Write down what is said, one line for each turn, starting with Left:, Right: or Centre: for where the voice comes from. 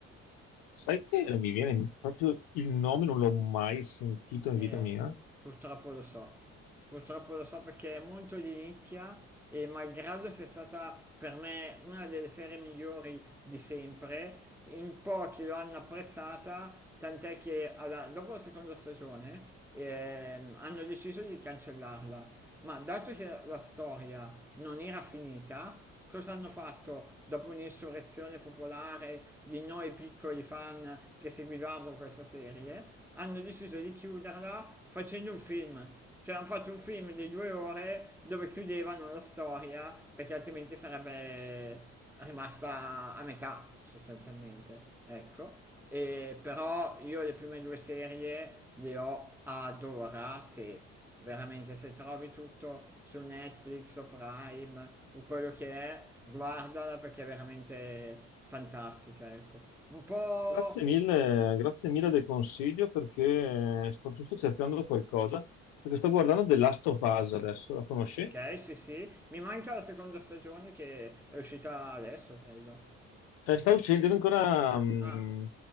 Left: Sai che mi viene proprio il nome, non l'ho mai sentito in
Centre: Eh,
Left: vita mia.
Centre: purtroppo lo so, purtroppo lo so perché è molto di nicchia e malgrado sia stata per me una delle serie migliori di sempre, in pochi lo hanno apprezzata, tant'è che alla- dopo la seconda stagione ehm, hanno deciso di cancellarla. Ma dato che la storia non era finita, cosa hanno fatto dopo un'insurrezione popolare di noi piccoli fan che seguivamo questa serie? Hanno deciso di chiuderla facendo un film. Cioè hanno fatto un film di due ore dove chiudevano la storia perché altrimenti sarebbe rimasta a metà sostanzialmente. Ecco. E però io le prime due serie le ho adorate Veramente se trovi tutto su Netflix o Prime o quello che è, guardala perché è veramente fantastica, ecco. Un po'...
Left: Grazie mille, grazie mille del consiglio perché sto giusto cercando qualcosa, perché sto guardando The Last of Us adesso, la conosci?
Centre: Ok, sì, sì. Mi manca la seconda stagione che è uscita adesso, credo.
Left: Eh, sta uscendo, deve ancora, mm,
Centre: Ah.